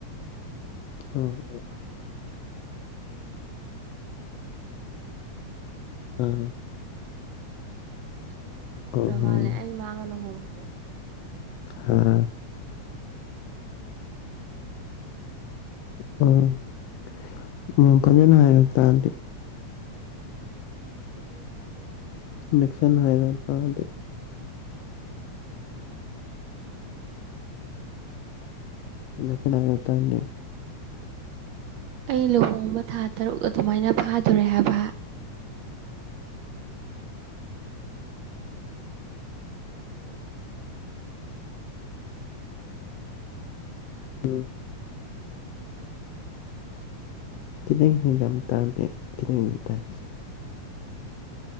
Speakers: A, on the left; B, on the right.
A: ꯎꯝ
B: ꯃ ꯈꯨꯄꯃꯥ ꯇꯏꯅꯥ ꯒꯤ ꯂꯥꯞꯅ ꯂꯩꯔꯗꯤ ꯌꯥ ꯑꯩ ꯐꯅꯁ ꯂꯩꯌꯦ
A: ꯑꯥ
B: ꯎ ꯅꯪ ꯈꯪꯍꯧꯗ꯭ꯔ
A: ꯎꯝ
B: ꯃꯥꯜꯂꯦ
A: ꯎꯝ
B: ꯑꯩꯃꯥꯡꯒ ꯂꯨꯍꯣꯡꯕꯗꯣ
A: ꯍꯥꯥ
B: ꯑꯩꯃꯒꯅꯤꯍꯣꯡꯉꯦ
A: ꯑꯣ ꯃꯐꯝꯗꯅ
B: ꯎꯝ
A: ꯍꯥꯏꯅ ꯇꯗꯤ
B: ꯑꯩ ꯑꯩꯒꯤ ꯅꯨꯄꯥꯗꯨ ꯑꯩꯒꯤ
A: ꯅꯦꯛꯁꯟ ꯍꯥꯏꯔꯣ ꯇꯗ
B: ꯊꯥ ꯊꯥꯇꯕꯨ ꯑꯗꯨꯃꯥꯏꯅ ꯈꯔ ꯇꯧꯔꯦ
A: ꯅ ꯀꯅ ꯇꯅꯤ
B: ꯑꯩ ꯂꯨꯍꯣꯡꯕ ꯊꯥ ꯇꯔꯨꯛ ꯑꯗꯨꯃꯥꯏꯅ ꯐꯥꯗꯣꯔꯦ ꯍꯥꯏꯕ ꯇꯥꯕꯣ
A: ꯑ
B: ꯍꯗꯥꯗ꯭ꯔꯕ
A: ꯀꯇ ꯌꯥꯝ ꯇ ꯀꯇ ꯇꯥꯏ
B: ꯎꯝ